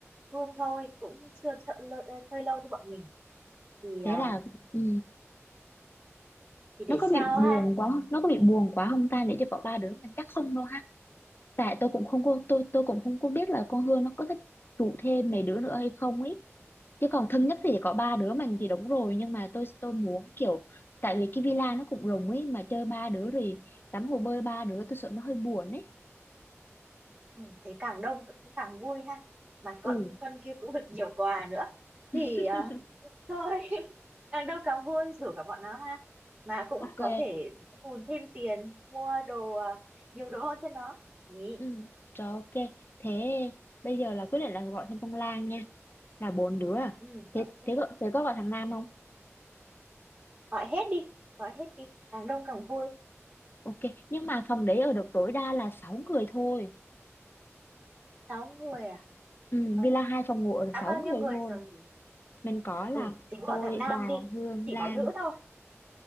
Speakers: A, on the right; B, on the left.
A: Hương thôi cũng chưa chơi, chơi lâu như bọn mình thì
B: Thế
A: ờ,
B: là, ừ,
A: thì để
B: nó
A: sao
B: có bị buồn
A: ha
B: quá không? nó có bị buồn quá không ta để cho có ba đứa mình chắc không đâu ha tại tôi cũng không có tôi tôi cũng không có biết là con Hương nó có thích trụ thêm mấy đứa nữa hay không ấy chứ còn thân nhất thì chỉ có ba
A: Ừ.
B: đứa mình thì đúng rồi nhưng mà tôi tôi muốn kiểu tại vì cái villa nó cũng rộng ấy mà chơi ba đứa rồi tắm hồ bơi ba đứa tôi sợ nó hơi buồn ấy
A: ừ, thế càng đông cũng càng vui ha mà con
B: ừ
A: con kia cũng được nhiều quà nữa thì
B: <laughs>
A: ờ, thôi <laughs> càng đông càng vui rủ cả bọn nó ha mà cũng
B: ok
A: có thể hùn thêm tiền mua đồ ờ, nhiều đồ hơn cho nó nhỉ
B: ừ rồi ok thế bây giờ là quyết định là gọi thêm con Lan nha là bốn đứa à
A: ừ
B: thế
A: ok
B: thế có thế có gọi thằng Nam không
A: gọi hết đi gọi hết đi càng đông càng vui
B: Ok, nhưng mà phòng đấy ở được tối đa là 6 người thôi.
A: sáu người à
B: Ừ,
A: Ờ,
B: villa hai phòng ngủ ở được
A: đã
B: 6
A: bao
B: người
A: nhiêu người
B: thôi.
A: rồi nhỉ
B: Mình có là
A: ừ thì bỏ
B: tôi,
A: thằng nam
B: bà,
A: đi
B: Hương,
A: chỉ
B: Lan.
A: có nữ thôi